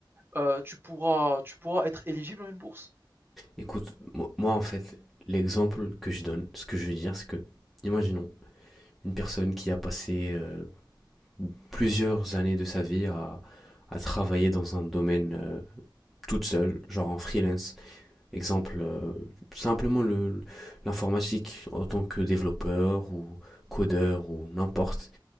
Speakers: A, on the right; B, in the centre.
A: euh, tu pourras, tu pourras être éligible à une bourse.
B: Écoute, moi en fait, l'exemple que je donne, ce que je veux dire, c'est que, imaginons, une personne qui a passé euh, plusieurs années de sa vie à, à travailler dans un domaine euh, toute seule, genre en freelance. Exemple, euh, simplement le- l'informatique en tant que développeur ou codeur ou n'importe.